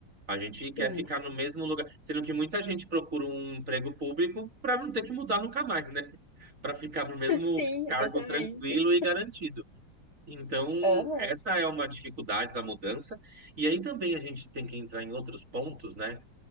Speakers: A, on the right; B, on the left.
A: A gente
B: sim,
A: quer ficar no mesmo lugar, sendo que muita gente procura um emprego público para não ter que mudar nunca mais, né? Para ficar no
B: <laughs>
A: mesmo
B: sim,
A: cargo
B: exatamente.
A: tranquilo e garantido. Então,
B: Aham,
A: essa é uma dificuldade da mudança. E aí também a gente tem que entrar em outros pontos, né?